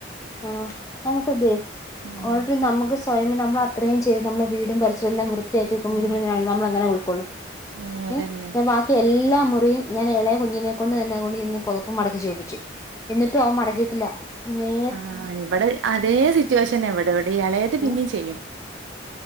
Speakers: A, on the left (about 15°); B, on the right (about 80°).
A: ആഹ്, നമുക്ക് ഒക്കെ
B: ആഹ്
A: ഓൾ റെഡി നമുക്ക് സ്വയം നമ്മള് അത്രയും ചെയ്തു നമ്മളെ വീടും പരിസരം എല്ലാം വൃത്തിയാക്കി വെക്കുമ്പോൾ
B: ഉം
A: ഇതിങ്ങൾ ഇങ്ങനെ ആയ നമ്മളെങ്ങനെ ഉൾകൊള്ളും.
B: ഓഹ് അതന്നെ
A: ഉം, <unintelligible> മറ്റ് എല്ലാ മുറിയും ഞാൻ ഇളയ കുഞ്ഞിനെ കൊണ്ട് തന്നെ <unintelligible> ഇരുന്ന് പുതപ്പും മടക്കി വെപ്പിച്ചു. എന്നിട്ടും അവൻ മടക്കിയിട്ടില്ല, നേ
B: ആഹ്, ഇബടെ അതേ സിറ്റുവേഷൻ തന്നെ ഇവിടെ, ഇവിടെ ഇളയത് പിന്നെയും
A: ഏഹ്
B: ചെയ്യും.